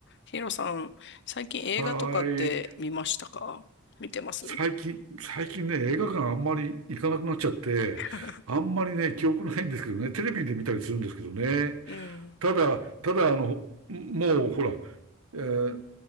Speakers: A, on the left (about 55°); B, on the right (about 85°).
A: ヒロさん、最近映画とかって見ましたか見てます
B: はーい。最近、最近ね、映画館あんまり行かなくなっちゃって、
A: <laughs>
B: あんまりね、記憶ないんですけどね、テレビで見たりするんですけどね。
A: うん。
B: ただ、ただ、あの、もうほら、えー